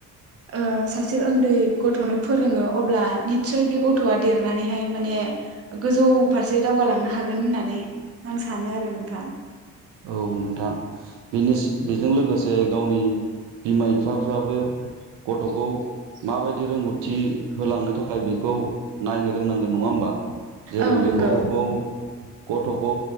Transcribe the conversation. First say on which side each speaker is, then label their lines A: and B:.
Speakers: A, on the right (about 50°); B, on the right (about 90°).
A: ओ सासे उन्दै गथ'नो फोरोङो अब्ला निस्सय बे गथ'आ देरनानैहाय माने गोजौ फारसे दावगालांनो हागोन होननानै आं सानो आरो नोंथां।
B: औ नोंथां बेनि बिनिस-बेजों लोगोसे गावनि बिमा बिफाफ्राबो गथ'खौ माबायदि रोंगौथि होलांनो थाखाय बेखौ नायनो रोंनांगोन नङा होमबा। जेरै
A: औ
B: बे
A: नंगौ
B: गथ'खौ। गथ'खौ